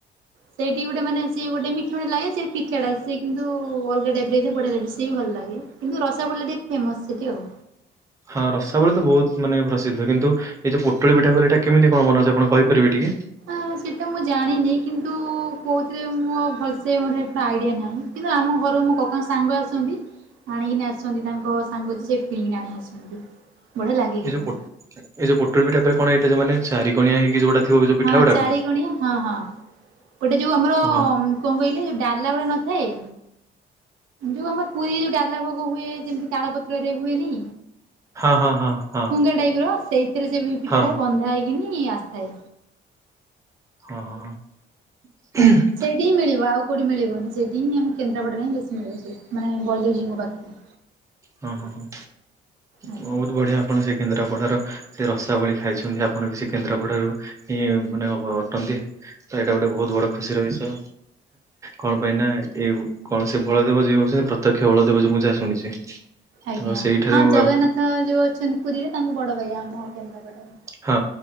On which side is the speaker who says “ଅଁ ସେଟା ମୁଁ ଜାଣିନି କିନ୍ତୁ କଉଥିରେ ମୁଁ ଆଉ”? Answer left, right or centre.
Right